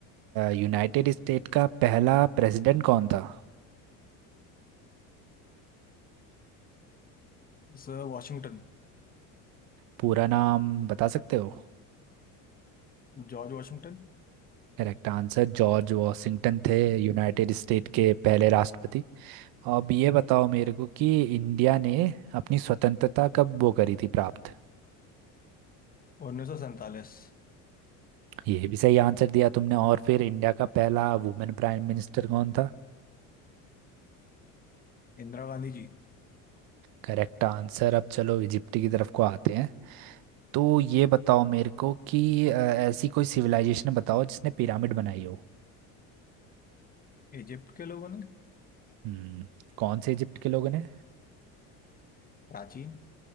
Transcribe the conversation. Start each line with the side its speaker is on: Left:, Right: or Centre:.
Right: यूनाइटेड स्टेट का पहला प्रेसिडेंट कौन था
Left: Sir Washington
Right: पूरा नाम बता सकते हो
Left: George Washington
Right: करेक्ट आंसर जॉर्ज वॉशिंगटन थे यूनाइटेड स्टेट के पहले राष्ट्रपति अब ये बताओ मेरे को कि इंडिया ने अपनी स्वतंत्रता कब वो करी थी प्राप्त
Left: उन्नीस सौ सैंतालीस
Right: ये भी सही आंसर दिया तुमने और फिर इंडिया का पहला वुमेन प्राइम मिनिस्टर कौन था
Left: Indira Gandhi ji
Right: Correct answer अब चलो इजिप्ट की तरफ को आते हैं तो ये बताओ मेरे को कि अ, ऐसी कोई सिविलाइजेशन बताओ जिसने पिरामिड बनाई हो
Left: Egypt के लोगों ने
Right: हम्म कौन से इजिप्ट के लोगों ने
Left: प्राचीन